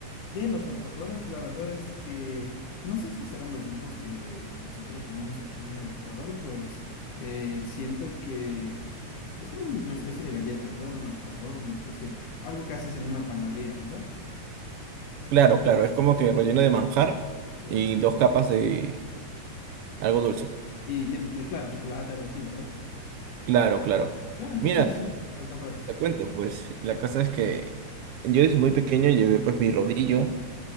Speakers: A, on the left; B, on the right.
A: De los alfajores, la verdad es que no sé si serán los mismos que nosotros comemos aquí en el Ecuador, pues eh, siento que es como una especie de galleta, ¿verdad? Un alfajor, una especie de algo que haces en una panadería, ¿verdad?
B: Claro, claro, es como que relleno de manjar
A: Ya.
B: y dos capas de algo dulce.
A: Y tiene, eh, claro, chocolate, algo así, ¿verdad?
B: Claro, claro.
A: Ya, entonces
B: Mira,
A: sí, sí, alfajores.
B: te cuento,
A: Pa-
B: pues la cosa es que yo desde muy pequeño llevé pues mi rodillo